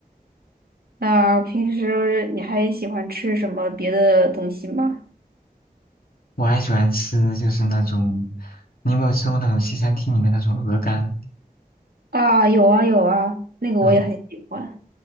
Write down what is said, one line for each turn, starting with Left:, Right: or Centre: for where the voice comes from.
Right: 那平时你还喜欢吃什么别的东西吗？
Left: 我还喜欢吃就是那种，你有没有吃过那种西餐厅里面那种鹅肝？
Right: 啊，有啊有啊，那个我也很喜欢。
Left: 嗯，